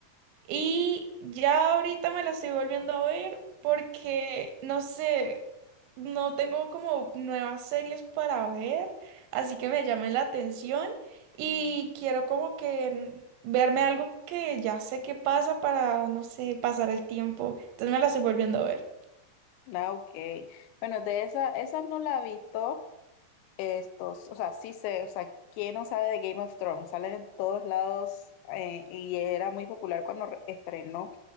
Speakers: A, on the right (about 85°); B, on the left (about 85°).
A: Y ya ahorita me la estoy volviendo a ver porque, no sé, no tengo como nuevas series para ver, así que me llamen la atención y quiero como que n- verme algo que ya sé qué pasa para, no sé, pasar el tiempo. Entonces me la estoy volviendo a ver.
B: Ah, ok. Bueno, de esa, esa no la he visto. Estos, o sea, sí sé, o sea, ¿quién no sabe de Game of Thrones? Salen en todos lados eh, y era muy popular cuando re- estrenó.